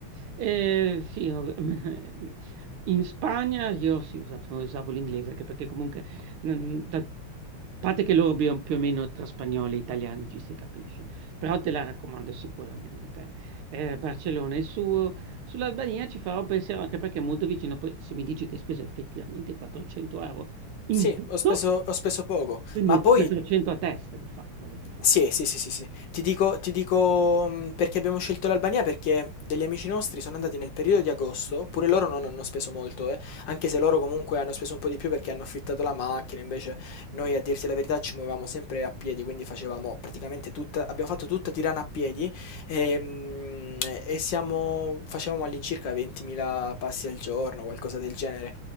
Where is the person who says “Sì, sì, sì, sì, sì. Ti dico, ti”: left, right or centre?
Left